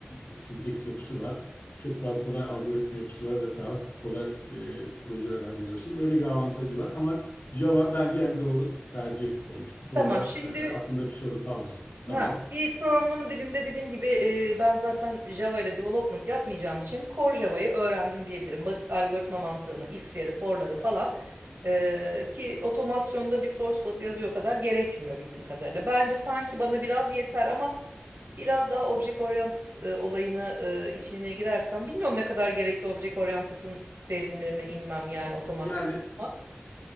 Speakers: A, on the left (about 75°); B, on the right (about 75°).
A: e, sinteks yapısı var. Çok daha kolay algoritma yapısı var ve daha kolay e, projeler hazırlıyorsun. Öyle bir avantajı var ama Java bence en doğru tercih olmuş. Bu konuda
B: Tamam şimdi
A: e, aklında bir soru kalmasın. Tamam.
B: ha, bir programlama dilinde dediğim gibi e, ben zaten Java ile development yapmayacağım için Core Java'yı öğrendim diyebilirim. Basit algoritma mantığını, if'leri, for'ları falan e, ki otomasyonda bir source code yazıyor kadar gerekmiyor bildiğim kadarıyla. Bence sanki bana biraz yeter ama biraz daha object oriented e, olayını e, içine girersem bilmiyorum ne kadar gerekli object oriented'ın derinlerine inmem yani otomasyon
A: Yani
B: ama